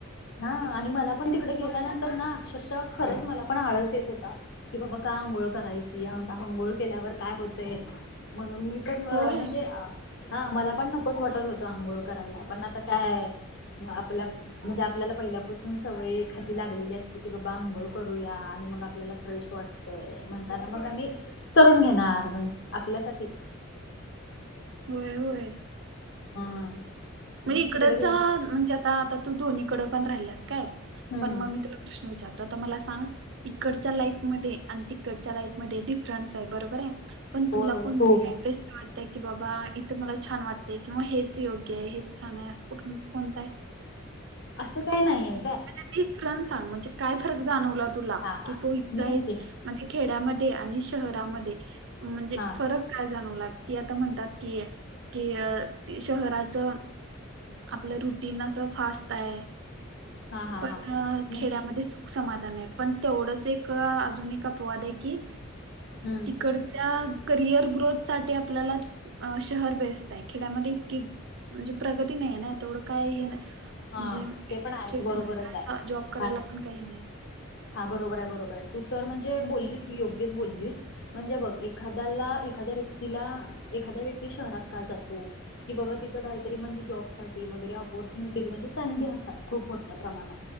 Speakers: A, on the left (about 55°); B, on the right (about 60°).
A: हा आणि मला पण तिकडे गेल्यानंतर ना अक्षरशः खरंच मला पण आळस येत होता. कि बाबा का अंघोळ करायची आता अंघोळ केल्यावर काय होतय म्हणून मी अ
B: होय
A: म्हणजे अ हा मला पण नकोच वाटत होतं आंघोळ करायला पण आता काय आपल्या म्हणजे आपल्याला पहिल्यापासून सवय एखादी लागलेली असली की बाबा आंघोळ करूया आणि मग आपल्याला फ्रेश वाट तय म्हणताना मग आणि करून घेणार म्हण आपल्यासाठी
B: होय होय
A: <unintelligible>
B: <unintelligible> इकडचा
A: मग तिकडे गे
B: म्हणजे आता आता तू दोन्हीकड पण राहिल्यास काय
A: हम्म
B: पण मग मि प्रश्न विचारतो आता मला सांग इकडच्या लाईक मधे अन् तिकडच्या लाईफ मध्ये डिफरन्स आहे बरोबर आहे पण
A: होय
B: तुला
A: होय
B: कोणती
A: खूप
B: लाईफ बेस्ट वाटत्या. की बाबा इथं मला छान वाटतय किंवा हेच योग्य आहे, हेच छान आहे असं कुठ कोणत आहे.
A: असं काही नाहीये.
B: म्हणजे डिफरन्स सांग म्हणजे काय फरक जाणवला तुला
A: हा हा
B: की तू इथं
A: मी
B: हाईस
A: नक्की नक्की.
B: म्हणजे खेड्यामध्ये आणि शहरामध्ये म्हणजे
A: हा
B: फरक काय जाणवलाय की आता म्हणतात की की शहराच आपलं रुटीन असं फास्त हाय.
A: हा हा
B: पण
A: हा
B: अ
A: नक्की.
B: खेड्यामध्ये सु समाधान आहे पण तेवढंच एक अजून एक अपवाद आहे की
A: हम्म.
B: इकडच्या करिअर ग्रोथ साठी आपल्यालात अ शहर बेस्ट आहे खेड्यामध्ये इतकी म्हणजे प्रगती नाही आहे ना, तेवढं काय हे नाय
A: हा
B: म्हणजे इंडस्ट्रियल
A: ते पण आहेच बरोबरच
B: मग काय
A: आहे.
B: अस जॉब करायला पण काही हे नाही.
A: हा बरोबर आहे बरोबर आहे तू तर म्हणजे बोलीस तू योग्यच बोलीस. म्हणजे बघ एखाद्याला एखाद्या व्यक्तीला एखाद्या व्यक्ती शहरात का जातो? कि बाबा तिथं काहीतरी म्हणजे जॉब साठी वगैरे, ऑपॉर्च्युनिटीज म्हणजे संडी असतात खूप मोठ्या प्रमाणात.